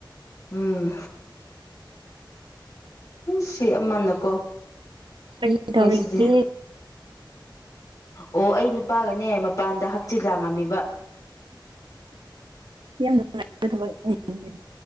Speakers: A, on the left (about 40°); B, on the right (about 75°).
A: ꯎꯝ ꯎ ꯁꯤ ꯑꯃꯅꯀꯣ
B: ꯀꯔꯤ
A: ꯑꯩꯈꯣꯏ
B: ꯇꯧꯔꯤꯒꯦ
A: ꯁꯤꯗꯤ ꯑꯣ ꯑꯩ ꯅꯨꯄꯥꯒꯅꯦ ꯃꯄꯥꯟꯗ ꯍꯛꯆꯤꯛ ꯂꯥꯡꯉꯝꯃꯤꯕ
B: ꯌꯥꯝ ꯅꯨꯡꯉꯥꯏꯕ ꯊꯕꯛꯅꯤꯅꯦ ꯑꯗꯨꯗꯤ